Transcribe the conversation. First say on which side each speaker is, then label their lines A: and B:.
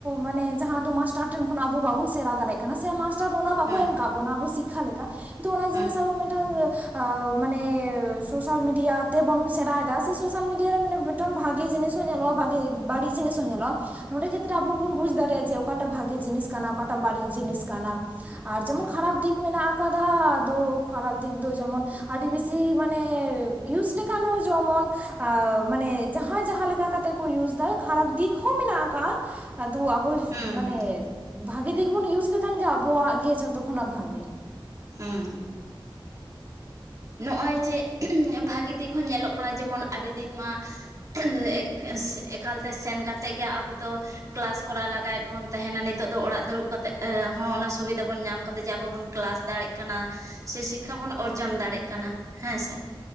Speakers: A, on the right; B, on the right.
A: ᱢᱟᱱᱮ ᱡᱟᱦᱟᱸ ᱫᱚ ᱢᱟᱥᱴᱟᱨ ᱴᱷᱮᱱ ᱠᱷᱚᱱᱟᱜ ᱟᱵᱚ ᱵᱟᱵᱚᱱ ᱥᱮᱲᱟ ᱫᱟᱲᱮᱜᱼ ᱠᱟᱱᱟ ᱥᱮ ᱢᱟᱥᱴᱟᱨ ᱫᱚ ᱚᱱᱟ ᱵᱟᱠᱚ
B: ᱦᱩᱸ
A: ᱮᱢ ᱠᱟᱜ ᱵᱚᱱᱟ ᱟᱵᱚ ᱥᱤᱠᱷᱟ ᱞᱮᱠᱟ ᱠᱤᱱᱛᱩ ᱚᱱᱟ
B: ᱦᱩᱸ
A: ᱡᱤᱱᱤᱥ ᱟᱵᱚ ᱢᱤᱫ ᱴᱟᱝ ᱚ ᱢᱟᱱᱮ ᱥᱚᱥᱟᱞ ᱢᱤᱰᱤᱭᱟ ᱛᱮᱵᱚᱱ ᱥᱮᱬᱟᱭᱮᱫᱟ ᱥᱮ ᱥᱚᱥᱟᱞ ᱢᱤᱰᱤᱭᱟ ᱨᱮ ᱢᱟᱱᱮ ᱮᱠᱴᱚᱢ ᱵᱷᱟᱜᱮ ᱡᱤᱱᱤᱥ ᱦᱚᱸ ᱧᱮᱞᱚᱜᱼᱟ ᱵᱷᱟᱜᱮ ᱵᱟᱹᱲᱤᱡ ᱡᱤᱱᱤᱥ ᱦᱚᱸ ᱧᱮᱞᱚᱜᱼᱟ᱾ ᱱᱚᱸᱰᱮ ᱠᱷᱮᱛᱨᱮ ᱟᱵᱚ ᱵᱚᱱ ᱵᱩᱡᱽ ᱫᱟᱲᱮᱭᱟᱜᱼᱟ ᱡᱮ ᱚᱠᱟᱴᱟᱜ ᱵᱷᱟᱜᱮ ᱡᱤᱱᱤᱥ ᱠᱟᱱᱟ ᱚᱠᱟᱴᱟᱜ ᱵᱟᱹᱲᱤᱡ ᱡᱤᱱᱤᱥ ᱠᱟᱱᱟ᱾ ᱟᱨ ᱡᱮᱢᱚᱱ ᱠᱷᱟᱨᱟᱯ ᱫᱤᱠ ᱢᱮᱱᱟᱜ ᱟᱠᱟᱫᱟ ᱟᱫᱚ ᱠᱷᱟᱨᱟᱯ ᱫᱤᱠ ᱫᱚ ᱡᱮᱢᱚᱱ ᱟᱹᱰᱤ ᱵᱮᱥᱤ ᱢᱟᱱᱮ ᱭᱩᱡᱽ ᱞᱮᱠᱷᱟᱱ ᱦᱚᱸ ᱡᱮᱢᱚᱱ ᱟ ᱢᱟᱱᱮ ᱡᱟᱦᱟᱸᱭ ᱡᱟᱦᱟᱸ ᱞᱮᱠᱟ ᱠᱟᱛᱮᱜ ᱠᱚ ᱭᱩᱡᱽ ᱫᱟ ᱠᱷᱟᱨᱟᱯ ᱫᱤᱠ ᱦᱚᱸ ᱢᱮᱱᱟᱜ ᱟᱠᱟᱜ-ᱟ᱾ ᱟᱫᱚ ᱟᱵᱚ
B: ᱦᱩᱸ
A: ᱢᱟᱱᱮ
B: ᱦᱩᱸ
A: ᱵᱷᱟᱜᱮ ᱫᱤᱠ ᱵᱚᱱ ᱭᱩᱡᱽ ᱞᱮᱠᱷᱟᱱ ᱜᱮ ᱟᱵᱚᱣᱟᱜ ᱜᱮ ᱡᱷᱚᱛᱚ ᱠᱷᱚᱱᱟᱜ ᱵᱷᱟᱜᱮ
B: ᱦᱩᱸ᱾ ᱱᱚᱜᱼᱚᱭ ᱡᱮ ᱵᱷᱟᱹᱜᱤ ᱛᱮᱦᱚᱸ ᱧᱮᱞᱚᱜ ᱠᱟᱱᱟ ᱡᱮᱢᱚᱱ ᱟᱹᱰᱤ ᱫᱤᱱ ᱢᱟ <unintelligible> ᱮᱠᱟᱞ ᱛᱮ ᱥᱮᱱ ᱠᱟᱛᱮᱜ ᱜᱮ ᱟᱵᱚ ᱫᱚ ᱠᱟᱞᱟᱥ ᱠᱚᱨᱟᱣ ᱞᱟᱜᱟᱭᱮᱫ ᱵᱚᱱ ᱛᱟᱦᱮᱱᱟ ᱱᱤᱛᱚᱜ ᱫᱚ ᱚᱲᱟᱜ ᱫᱩᱲᱩᱵ ᱠᱟᱛᱮᱫ ᱦᱚᱸ ᱚᱱᱟ ᱥᱩᱵᱤᱫᱟ ᱵᱚᱱ ᱧᱟᱢ ᱠᱟᱛᱮᱜ ᱡᱮ ᱟᱵᱚ ᱵᱚᱱ ᱠᱟᱞᱟᱥ ᱫᱟᱲᱮᱜ ᱠᱟᱱᱟ ᱥᱮ ᱥᱤᱠᱠᱷᱟ ᱵᱚᱱ ᱚᱨᱡᱚᱱ ᱫᱟᱲᱮᱜ ᱠᱟᱱᱟ, ᱦᱮᱸ ᱥᱮ